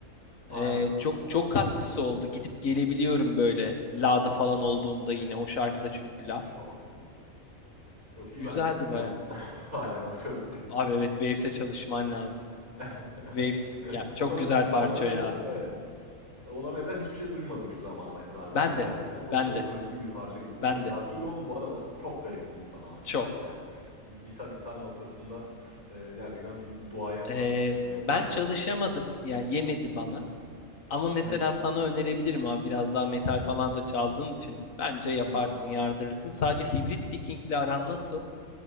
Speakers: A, on the right (about 30°); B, on the left (about 80°).
A: Aynen.
B: Ee, çok çok katkısı oldu. Gidip gelebiliyorum böyle La'da falan olduğumda yine o şarkıda çünkü La.
A: Çok iyi ya. Çok iyi.
B: Güzeldi
A: Ben çalışacağım
B: baya.
A: buna. <laughs> Hâlâ daha çalışacağım.
B: Abi evet Waves'e çalışman lazım.
A: <laughs>
B: Waves
A: Evet.
B: ya çok
A: Ona
B: güzel parça
A: ona benzer
B: ya.
A: evet. Ona benzer hiçbir şey duymadım şu zamana kadar
B: Ben
A: bu arada. Gerçekten
B: de
A: çok,
B: ben
A: ııı,
B: de
A: özgün bir parça gibi duyuluyor.
B: ben de
A: Guthrie Govan bu arada çok garip bir insan abi
B: çok.
A: ya. Yani gitar gitar noktasında, eee, gerçekten bir duayen mi
B: Ee,
A: artık ne
B: ben
A: olursa.
B: çalışamadım yani yemedi bana. Ama mesela
A: Hımm.
B: sana önerebilirim abi biraz daha metal falan da çaldığın için bence yaparsın,
A: Hı hı.
B: yardırırsın. Sadece hibrit pickingle aran nasıl?